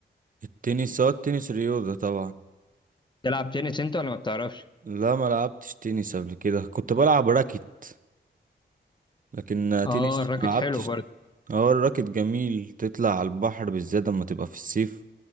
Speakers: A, on the right; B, on the left.
A: التنس اه التنس رياضة طبعا
B: تلعب تنس انت ولا ما بتعرفش
A: لا ما لعبتش تنس قبل كده كنت بلعب راكت لكن آه،
B: اه
A: تنس
B: الراكت
A: ما لعبتش
B: حلو برضه
A: اه الراكت جميل تطلع على البحر بالذات لما تبقى في الصيف